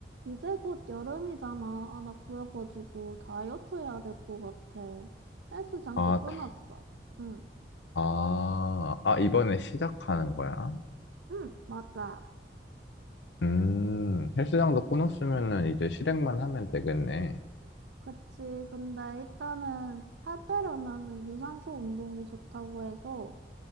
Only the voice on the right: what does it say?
이제 곧 여름이잖아. 아, 나 그래가지고 다이어트 해야 될 것 같아. 헬스장도
끊었어.
응,
응, 맞아.
그치. 근데 일단은 살 빼려면은 유산소 운동이 좋다고 해서